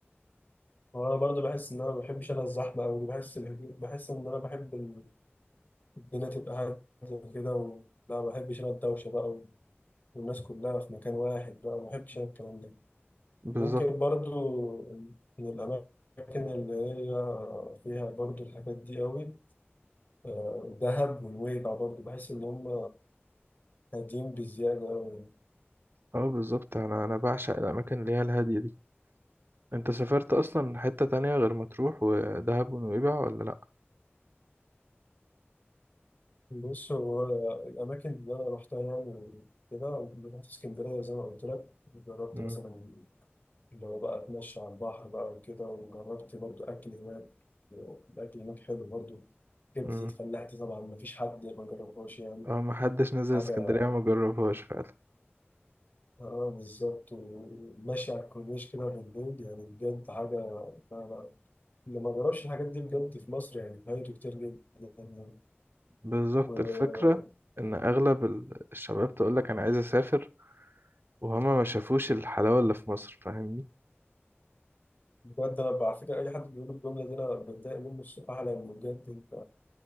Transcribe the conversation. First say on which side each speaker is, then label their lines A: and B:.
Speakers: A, on the left (about 45°); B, on the right (about 60°).
A: وانا برضه بحس ان انا ما بحبش انا الزحمه قوي بحس الهدوء بحس ان انا بحب ال- الدنيا تبقى هاديه كده و... لا ما بحبش انا الدوشه بقى والناس كلها في مكان واحد بقى ما بحبش انا الكلام ده
B: بالظبط
A: ممكن برضو من الأماكن اللي هي فيها برضو الحاجات دي قوي آه، دهب ونويبع برضو بحس إن هم هادين بزيادة قوي
B: اه بالظبط انا انا بعشق الاماكن اللي هي الهادية دي انت سافرت اصلا حتة تانية غير مطروح ودهب ونويبع ولا
A: بص هو الأماكن اللي أنا روحتها يعني كده رحت اسكندرية زي ما قلت لك جربت
B: لا
A: مثلا اللي هو بقى أتمشى على البحر بقى وكده وجربت برضو أكل هناك الأكل هناك حلو برضو كبدة
B: مم.
A: الفلاح دي طبعا مفيش حد ما جربهاش يعني
B: اه محدش نزل
A: حاجة
B: اسكندرية ما جربهاش فعلا
A: اه بالظبط وماشي على الكورنيش كده بالليل يعني بجد حاجة لا لا اللي ما جربش الحاجات دي بجد في مصر يعني فايته كتير جدا يعني.
B: بالظبط
A: وبجد
B: الفكرة ان اغلب ال- الشباب تقولك انا عايز اسافر وهما ما شافوش الحلاوة اللي في مصر فاهمني
A: أنا على فكرة أي حد بيقول الجملة دي أنا بتضايق منه الصراحة لأن بجد أنت